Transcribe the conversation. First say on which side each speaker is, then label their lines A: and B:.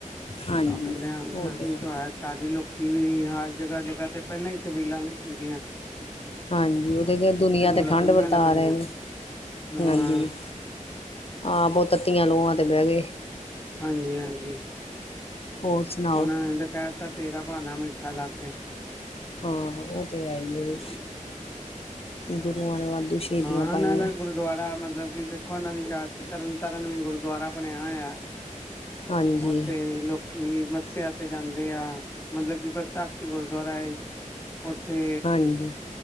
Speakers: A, on the left; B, on the left.
A: ਹਾਂਜੀ
B: ਓਹ ਕੈੰਦੇ ਹਾਂ
A: ਉਹ
B: ਗਰਮੀ
A: ਤੇ ਹੈ
B: ਤੋਂ ਆਏ ਸਾਰੇ ਲੋਕੀ ਵੀ ਹਰ ਜਗ੍ਹਾ-ਜਗ੍ਹਾ ਤੇ ਪੈਲਾਂ ਈ ਚਬੀਲਾਂ ਲੱਗੀ ਦੀਐਂ।
A: ਹਾਂਜੀ, ਓਤੇ ਗਏ ਦੁਨੀਆਂ ਤੇ
B: ਲੱਗਣੀਆਂ
A: ਠੰਡ ਵਰਤਾ
B: ਲੱਗਣੀਆਂ
A: ਸਾਰੀਆਂ ਦੀ,
B: ਹਾਂ
A: ਹਾਂਜੀ ਹਾਂ ਬੋ ਤੱਤੀਆਂ ਲੋਆਂ ਤੇ ਬੈ ਗਏ।
B: ਹਾਂਜੀ, ਹਾਂਜੀ।
A: ਹੋਰ ਸੁਣਾ
B: ਓਨਨਾਂ ਨੇ ਤੇ ਕੈ ਤਾ ਤੇਰਾ ਭਾਣਾ ਮਿੱਠਾ ਲਾਗੇ।
A: ਹਾਂ, ਓ ਤੇ ਹੈ ਈ ਏ।
B: ਹੂੰ
A: ਗੁਰੂਆਂ ਨੇ ਵਾਧੂ ਸ਼ਹੀਦੀਆਂ
B: ਹਾਂ
A: ਪਾਈਆਂ
B: ਨਾ-ਨਾ ਗੁਰ ਗੁਰਦੁਆਰਾ ਮਤਲਬ ਕਿ ਦੇਖੋ ਓਹਨਾਂ ਦੀ ਯਾਦ ਚ ਤਰਨ ਤਾਰਨ ਵੀ ਗੁਰਦੁਆਰਾ ਬਣਿਆ ਹੋਇਐ।
A: ਹਾਂਜੀ
B: ਉੱਥੇ ਲੋਕ ਕੀ ਮੱੱਸਿਆ ਤੇ ਜਾਂਦੇ ਆ, ਮਤਲਬ ਕਿ ਪ੍ਰਥਾਕਸ਼ ਗੁਰਦੁਆਰਾ ਏ। ਉੱਥੇ
A: ਹਾਂਜੀ